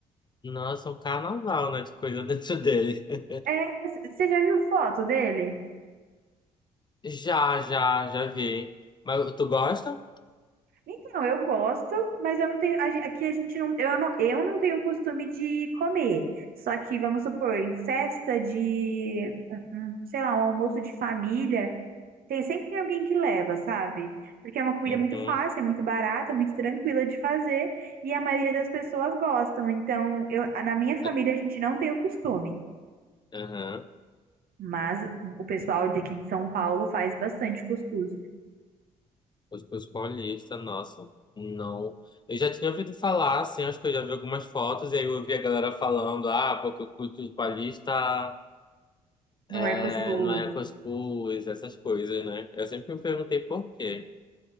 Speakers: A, on the left; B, on the right.
A: nossa, um carnaval, né, de coisa dentro dele. <laughs>
B: É, c- você já viu foto dele?
A: Já, já, já vi. Mas tu gosta?
B: Então, eu gosto, mas eu não tenho. a gen- Aqui a gente não. Eu não, eu não tenho o costume de comer. Só que, vamos supor, em festa de. um- um, Sei lá, um almoço de família, tem, sempre tem alguém que leva, sabe? Porque é uma comida
A: Uhum.
B: muito fácil, é muito barata, é muito tranquila de fazer. E a maioria das pessoas gostam. Então, eu, na minha família,
A: É,
B: a gente não tem o costume.
A: Aham.
B: Mas o pessoal daqui de São Paulo faz bastante cuscuz.
A: Os, os paulistas, nossa. Não. Eu já tinha ouvido falar, assim, acho que eu já vi algumas fotos, e aí eu ouvi a galera falando, ah, porque o culto de paulista
B: Não
A: é,
B: é cuscuz.
A: não é cuscuz, essas coisas, né? Eu sempre me perguntei por quê.